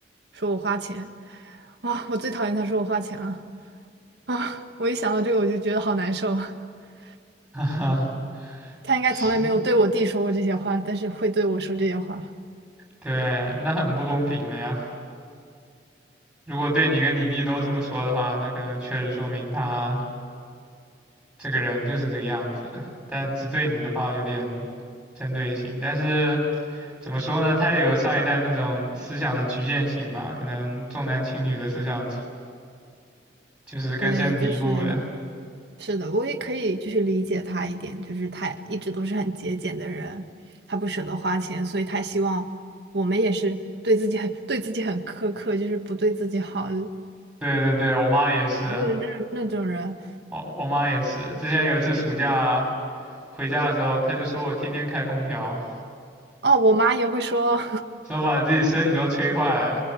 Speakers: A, on the right (about 65°); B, in the centre.
A: 说我花钱，啊，我最讨厌他说我花钱了啊！我一想到这个我就觉得好难受。<laughs>
B: <laughs>
A: 他应该从来没有对我弟说过这些话，
B: 是，
A: 但是会对我说这些话。
B: 对，那很不公平了呀。如果对你跟你弟都这么说的话，那可能确实说明他这个人就是这个样子，但只对你的话有点针对性。但是怎么说呢，他也有上一代那种思想的局限性吧，可能重男轻女的思想就是根深蒂固的。
A: 对，就是，是的，我也可以就是理解他一点，就是他一直都是很节俭的人，他不舍得花钱，所以他希望我们也是对自己很对自己很苛刻，就是不对自己好，
B: 对对对，我妈也是，
A: 那那那种人
B: 我我妈也是。之前有一次暑假回家的时候，她就说我天天开空调。
A: 哦，我妈也会说，
B: 说把自己身体都吹坏了。